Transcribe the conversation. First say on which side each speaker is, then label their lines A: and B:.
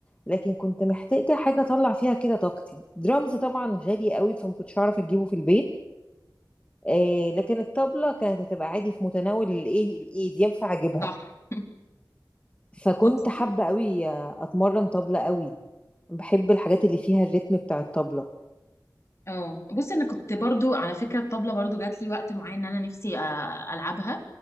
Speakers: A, on the left; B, on the left.
A: لكن كنت محتاجه حاجه اطلع فيها كده طاقتي درامز طبعا غالي قوي فما كنتش هعرف اجيبه في البيت آه لكن الطبله كانت هتبقى عادي في متناول الايه الايد ينفع اجيبها
B: صح <laughs>
A: فكنت
B: بص
A: حابة قوي اتمرن طبلة قوي بحب الحاجات اللي فيها الريتم بتاع الطبلة
B: اه بص انا كنت برضو على فكره الطبله برضو جات لي وقت معين ان انا نفسي آه، العبها